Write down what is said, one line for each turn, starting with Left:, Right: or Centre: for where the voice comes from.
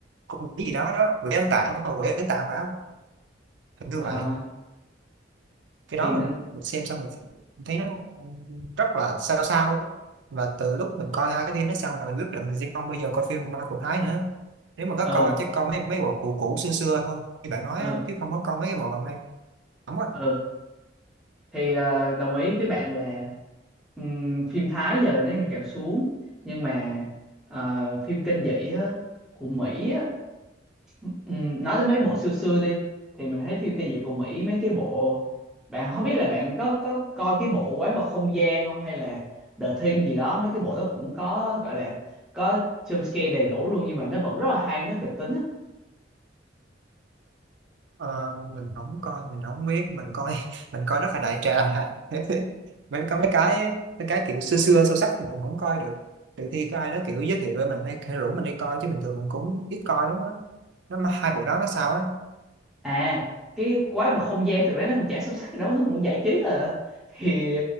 Right: con cái gì đó đó quỷ ăn tạng mà quỷ ăn tạng phải không hình như
Centre: Ờ,
Right: vậy cái
Centre: thì
Right: đó
Centre: nên-
Right: mình mình xem xong mình, thấy nó rất là sao sao ấy. mà từ lúc mình coi hai cái phim đó xong là mình biết là mình sẽ không bao giờ coi phim của ma của Thái nữa nếu mà có
Centre: ừ
Right: coi chắc coi mấy mấy bộ cũ cũ xưa xưa thôi như bạn nói
Centre: ừ
Right: á, chứ không có coi mấy cái bộ gần đây không có
Centre: ừ thì ờ, đồng ý với bạn là ừm, phim Thái giờ nó ngày càng xuống nhưng mà ờ, phim kinh dị á, của Mỹ Ừ, nói đến mấy bộ xưa xưa đi thì mình thấy phim kinh dị của Mỹ mấy cái bộ bạn không biết là bạn có có coi cái bộ Quái vật không gian không hay là The Thing gì đó mấy cái bộ đó cũng có gọi là có jump scare đầy đủ luôn nhưng mà nó vẫn rất là hay nó kịch tính á
Right: Ờ, mình không coi mình không biết mình coi <laughs> mình coi rất là đại trà <laughs> mấy có mấy cái mấy cái kiểu xưa xưa sâu sắc thì mình không coi được trừ khi có ai đó kiểu giới thiệu với mình hay, hay rủ mình đi coi chứ bình thường mình cũng ít coi lắm á nó mà hai bộ đó nó sao á
Centre: à cái quái vật không gian thực ra nó cũng chả sâu sắc gì đâu nó cũng giải trí thôi à. thì